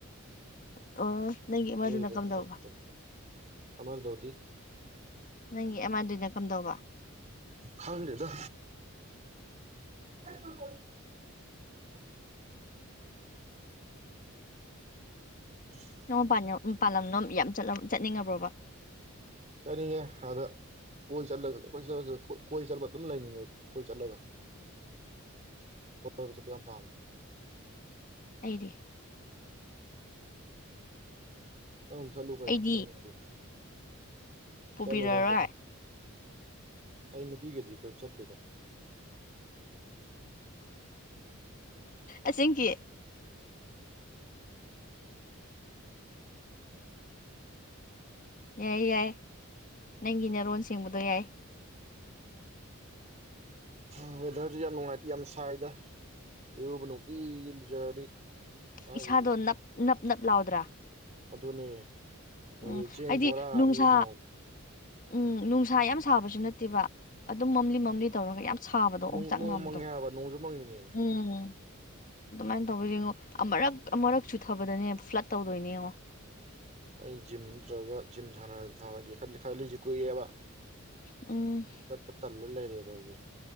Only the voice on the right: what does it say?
ꯍꯣꯏꯕꯆꯤꯆꯤ
ꯍꯣꯏ ꯑꯃꯜꯗꯣꯗꯤ
ꯈꯪꯗꯦꯗ ꯈꯠꯄꯄꯣꯠꯅꯤ <unintelligible> <unintelligible>
ꯆꯠꯅꯤꯡꯉꯦ ꯑꯗ ꯀꯣꯏ ꯆꯠꯂꯒ ꯀꯣꯏ ꯆꯠ ꯆꯠ ꯀꯣꯏ ꯀꯣꯏ ꯆꯠꯄ ꯑꯗꯨꯝ ꯂꯩꯅꯤꯡꯉꯦ ꯑꯩꯗꯤ ꯀꯣꯏ ꯆꯠꯂꯒ ꯀꯣꯏꯕ ꯆꯠꯄ ꯌꯥꯝ ꯄꯥꯝꯃꯦ
ꯅꯪꯖꯨ ꯆꯠ ꯀꯩꯅꯣ
ꯆꯠꯅꯤꯡꯉꯗꯤ
ꯆꯠꯂꯣ ꯅꯪ ꯆꯠꯅꯤꯡꯗꯤ ꯑꯩ ꯅꯨꯄꯤꯒꯗꯤ ꯀꯣꯏꯕ ꯆꯠꯇꯦꯗ
ꯎꯝ ꯎꯝ
ꯍꯥ ꯋꯦꯗꯔꯖꯦ ꯌꯥꯝ ꯅꯨꯡꯉꯥꯏꯇꯦ ꯌꯥꯝ ꯁꯥꯏꯗ ꯏꯔꯨꯕ ꯅꯨꯡꯇꯤꯒꯤ ꯂꯨꯖꯔꯗꯤ ꯀꯥꯏꯗꯒꯤ
ꯑꯗꯨꯅꯦ ꯍꯧꯖꯤꯛ
ꯆꯦꯡ
ꯕꯣꯔꯥ
ꯑꯅꯤ ꯊꯥꯡꯉꯣꯞ
ꯅꯣꯡ
ꯅꯣꯡ
ꯃꯪꯉꯦ ꯍꯥꯏꯕ ꯅꯣꯡꯁꯨ ꯃꯪꯉꯤꯅꯦ
ꯑꯩ ꯖꯤꯝ ꯅꯠꯇ꯭ꯔꯒ ꯖꯤꯝ ꯁꯥꯟꯅ ꯁꯥꯟꯅꯒꯦ ꯈꯜꯂꯤ ꯈꯂꯤꯖꯦ ꯀꯨꯏꯔꯦꯕ
ꯆꯠꯄ ꯇꯜꯂ ꯂꯩꯔꯦꯕ ꯑꯩꯖꯦ